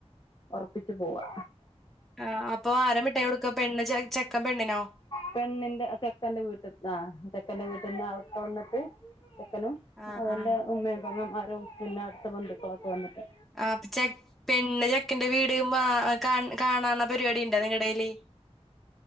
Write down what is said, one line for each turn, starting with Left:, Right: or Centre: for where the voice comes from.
Left: ഒറപ്പിച്ചു പോവാ.
Centre: ആഹ് അപ്പൊ ആരാ മിട്ടായി കൊടുക്ക പെണ്ണ് ചെ ചെക്കൻ പെണ്ണിനോ
Left: പെണ്ണിന്റെ ചെക്കന്റെ വീട്ടി ആ ചെക്കന്റെ വീട്ടിന്ന് ആളൊക്കെ വന്നിട്ട് ചെക്കനും.
Centre: ആ
Left: അതെല്ല
Centre: ആ
Left: ഉമ്മേ പെങ്ങന്മ്മാരും പിന്നെ അടുത്ത ബന്ധുക്കളൊക്കെ വന്നിട്ട്.
Centre: ആപ്പൊ ചെ പെണ്ണ് ചെക്കന്റെ വീട് മാ കാ കാണാണ പരിപാടി ഇണ്ടാ നിങ്ങടയില്